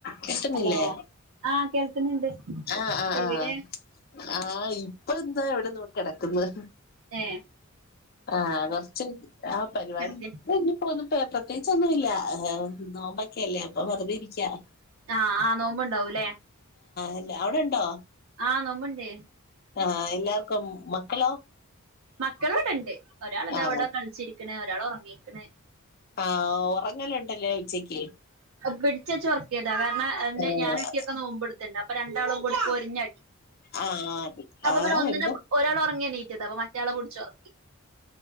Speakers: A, on the left; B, on the right.
A: കിട്ടുന്നില്ലേ
B: Hello ആഹ് കേൾക്കുന്നുണ്ട്
A: ആ ആ
B: എവിടെ
A: ആ ആ ഇപ്പൊ എന്താ ഇവിടെ നോ കിടക്കുന്ന്
B: ഏ
A: ആ കുറച്ച് ആ പരിപാടി
B: കിടക്ക
A: <unintelligible> ഇനി പോന്നും പ്രത്യേകിച്ചൊന്നുല്ല. നോമ്പൊക്കെയല്ലേ അപ്പ വെറുതെ ഇരിക്കാ.
B: ആ ആ നോമ്പുണ്ടാവൂല്ലേ
A: അല്ലെ അവിടെണ്ടോ?
B: ആ നോമ്പുണ്ടേ
A: ആ എല്ലാർക്കും മക്കളോ?
B: മക്കള് ഇവിടെണ്ട് ഒരാൾ ഇത
A: ആഹ്
B: അവിടെ കളിച്ചിരിക്കണ ഒരാൾ ഉറങ്ങീക്കണ്
A: ആ ഉറങ്ങലുണ്ടല്ലേ ഉച്ചക്ക്
B: പിടിച്ചെച്ച് ഉറക്കീതാ കാരണം അന്
A: ആഹ്
B: ഞാനൊക്കെയൊക്കെ നോമ്പെടുത്തിണ്ട് അപ്പൊ രണ്ടാളും കൂടി പൊരിഞ്ഞടി
A: ആഹ്
B: അപ്പൊ
A: ആഹ്
B: പിന്നെ ഒന്നിന
A: എന്തോ
B: ഒരാൾ ഉറങ്ങി എണിറ്റട്ടാ അപ്പൊ മറ്റയാളെ പിടിച്ച് ഒറ